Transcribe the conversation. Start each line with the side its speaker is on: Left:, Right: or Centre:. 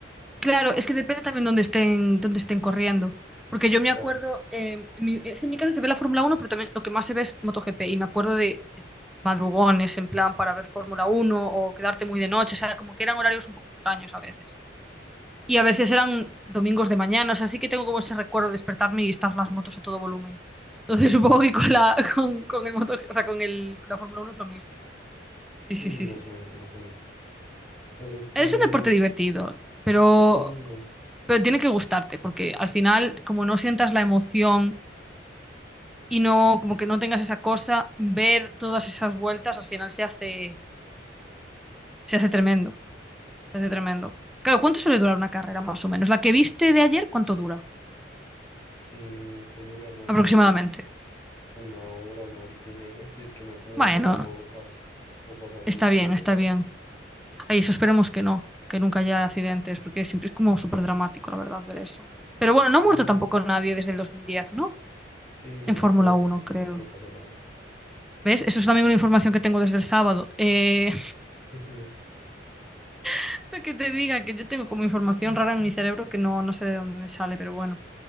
Centre: Claro, es que depende también dónde estén, dónde estén corriendo. Porque yo me
Left: claro,
Centre: acuerdo, eh, en mi- es que en mi casa se ve la Fórmula Uno, pero también lo que más se ve es MotoGP. Y me acuerdo de, de madrugones en plan para ver Fórmula Uno o quedarte muy de noche. O sea, como que eran horarios un poco extraños a veces. Y a veces eran domingos de mañana. O sea, sí que tengo como ese recuerdo de despertarme y estar las motos a todo volumen. Entonces <laughs> supongo que con la, con, con el moto, o sea, con el, con la Fórmula Uno es lo mismo. Sí,
Left: sí,
Centre: sí, sí,
Left: más
Centre: sí, sí.
Left: o menos, más o menos. Entonces, pues,
Centre: Es un deporte divertido, pero,
Left: sí, no.
Centre: pero tiene que gustarte, porque al final, como no sientas la emoción y no, como que no tengas esa cosa, ver todas esas vueltas al final se hace, se hace tremendo. Se hace tremendo. Claro, ¿cuánto suele durar una carrera más o menos? ¿La que viste de ayer, cuánto dura?
Left: Eh, suele durar más
Centre: Aproximadamente.
Left: o menos una hora, una horita y media, si es que no hay como
Centre: Bueno,
Left: bandera roja o pasa algún
Centre: está
Left: accidente
Centre: bien, está
Left: grave.
Centre: bien. Ay, eso esperemos que no, que nunca haya accidentes, porque siempre es como súper dramático, la verdad, ver eso. Pero bueno, no ha muerto
Left: Sí,
Centre: tampoco nadie desde el 2010, ¿no?
Left: sí,
Centre: En
Left: hace
Centre: Fórmula
Left: bastante
Centre: Uno
Left: tiempo
Centre: creo.
Left: que no pasa nada.
Centre: ¿Ves? Eso es también una información que tengo desde el sábado. Eh,
Left: Ujú.
Centre: <laughs> que te diga que yo tengo como información rara en mi cerebro que no, no sé de dónde me sale, pero bueno.